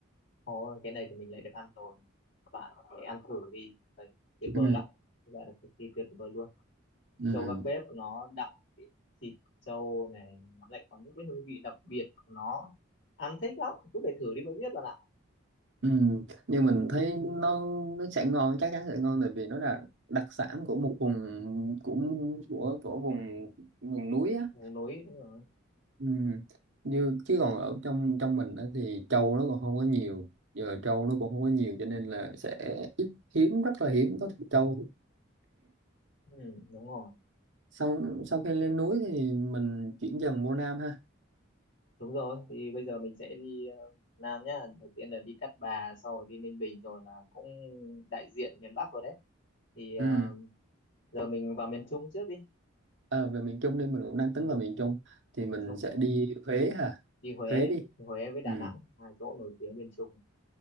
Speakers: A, on the left; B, on the right.
A: Ồ, cái này thì mình lại được ăn rồi. Các bạn hãy ăn thử đi. Đấy, tuyệt
B: Ừ,
A: vời lắm. Cái Gọi là cực kỳ tuyệt vời luôn.
B: ừ.
A: Trâu gác bếp nó đậm vị thịt trâu này. Nó lại có những cái hương vị đặc biệt của nó. Ăn thích lắm. Cứ phải thử đi mới biết bạn ạ.
B: Ừ, nhưng mình thấy nó nó sẽ ngon chắc chắn sẽ ngon tại vì nó là đặc sản của một vùng cũng của của vùng vùng núi á
A: Vùng núi, đúng rồi.
B: ừ. như chứ còn ở trong trong mình á thì trâu nó còn không có nhiều giờ trâu nó cũng không có nhiều cho nên là sẽ ít hiếm rất là hiếm có thịt trâu
A: Ừ, đúng rồi.
B: xong sau khi lên núi thì mình chuyển dần vô Nam ha
A: Đúng rồi. Thì bây giờ mình sẽ đi ờ, Nam nhá. Đầu tiên là đi Cát Bà, sau rồi đi Ninh Bình, rồi là cũng đại diện miền Bắc rồi đấy. Thì ờ,
B: ừ.
A: giờ mình vào miền Trung trước đi.
B: à, về miền Trung đi mình cũng đang
A: Ừ,
B: tính vào miền Trung thì
A: miền
B: mình
A: Trung
B: sẽ đi Huế hả
A: đi Huế
B: Huế đi
A: đi Huế với Đà
B: Ừ.
A: Nẵng hai chỗ nổi tiếng bên Trung